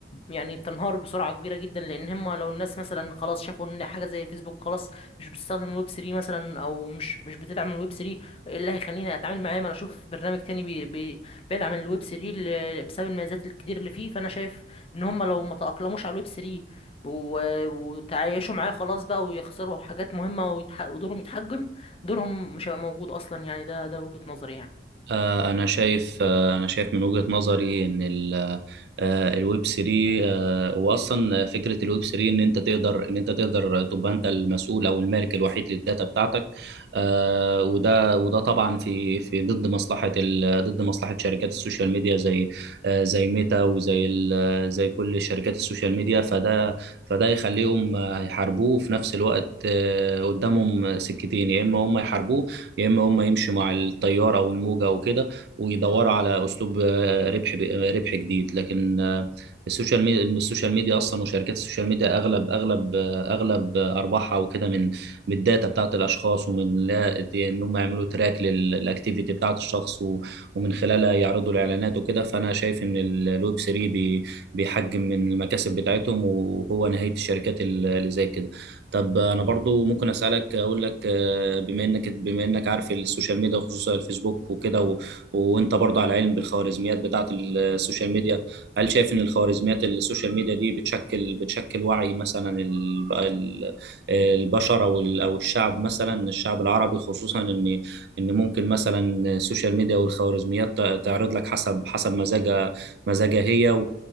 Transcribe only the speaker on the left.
يعني بتنهار بسرعه كبيره جدا لان هم لو الناس مثلا خلاص شافوا ان حاجه زي فيسبوك خلاص مش بتستخدم الويب 3 مثلا او مش مش بتدعم الويب 3 ايه اللي هيخليني اتعامل معاه ما انا اشوف برنامج تاني بي بي بيدعم الويب 3 ل- بسبب المميزات الكتير اللي فيه فانا شايف ان هم لو ما تاقلموش على الويب 3 وتعايشوا معاه خلاص بقى ويخسروا حاجات مهمة ويتح- ودورهم يتحجم دورهم مش هيبقى موجود أصلا يعني ده ده وجهة نظري يعني